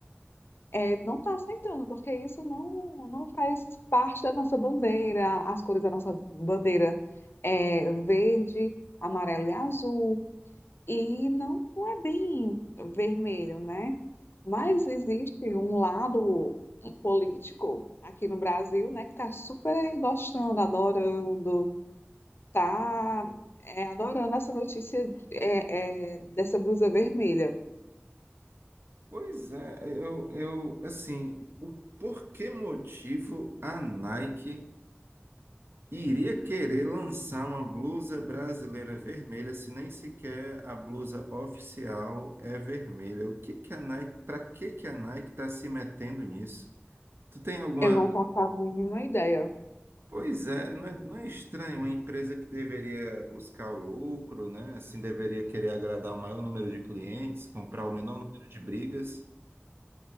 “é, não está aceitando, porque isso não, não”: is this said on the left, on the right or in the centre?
Left